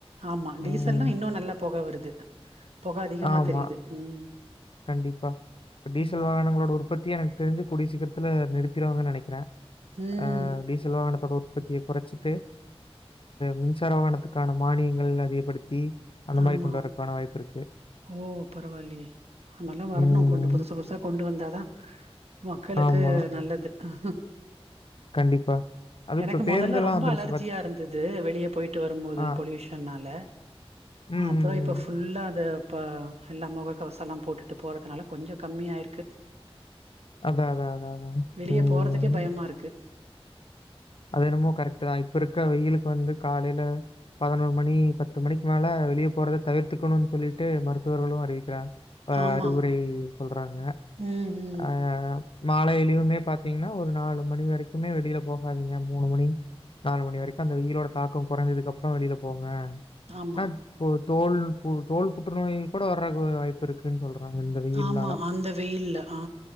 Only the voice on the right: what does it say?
ஆமா டீசல்னா
இன்னு நல்ல பொக வருது பொக அதிகமா
தெரிது ம்
ஆமா
ம்
ஆமா
ஓ பரவாயில்லயே நல்லா வரணு
கொண்டு புதுசு புதுசா கொண்டு வந்தாதா மக்களுக்கு
நல்லது அ ஹு
எனக்கு
மொதல்ல ரொம்ப
அலர்ஜியா
இருந்தது வெளியே போயிட்டு வரும்போது
பொல்யூஷன்நால
அப்புற
இப்ப
ஃபுல்லா அது இப்ப எல்லா முக கவச எல்லா போட்டுட்டு போறதுனால கொஞ்ச கம்மியாயிருக்கு
வெளிய
போறதுக்கே பயமாருக்கு
ஆமா
ம் ம்
ஆமா
ஆமா அந்த வெயில்ல ஆ